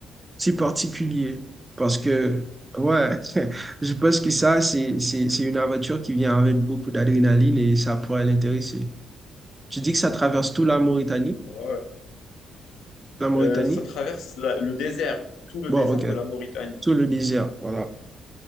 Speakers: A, on the right; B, on the left.
A: c'est particulier parce que, ouais, <laughs> je pense que ça, c'est, c'est, c'est une aventure qui vient avec beaucoup d'adrénaline et ça pourrait l'intéresser. Tu dis que ça traverse tout la Mauritanie?
B: Ouais.
A: La Mauritanie?
B: Euh, ça traverse la- le désert, tout le
A: Bon,
B: désert
A: ok.
B: de la Mauritanie.
A: Tout le désert, voilà.